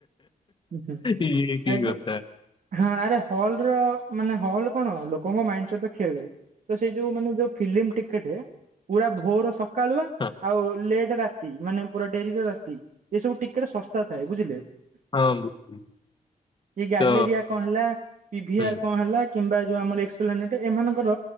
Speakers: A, on the right; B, on the left.
A: ହୁଁ ହୁଁ,
B: ଇଏ କି
A: ଆ
B: କଥା
A: ହ ଆରେ ହଲ ର ମାନେ ହ ହଲ୍ କଣ ଲୋକଙ୍କ ମାଇଣ୍ଡ ସହିତ ଖେଳେ। ତ ସେ ଯୋଉ ମାନେ ଯୋଉ ଫଲିମ୍ ଟିକେଟେ ପୁରା ଭୋର ସକାଳୁଆ,
B: ହଁ
A: ଆଉ ଲେଟ୍ ରାତି ମାନେ ପୁରା ଡେରି ର ରାତି ଏ ସବୁ ଟିକେଟ ଶସ୍ତା ଥାଏ ବୁଝିଲେ।
B: ହଁ ବୁଝିଲି
A: ସେ ଗ୍ୟାଲେରିଆ
B: ତ
A: କଣ ହେଲା, ପିଭିଆର
B: ହୁଁ
A: କଣ ହେଲା କିମ୍ବା ଯୋଉ ଆମର ଏସ୍ପାନେଟ ଏମାନଙ୍କର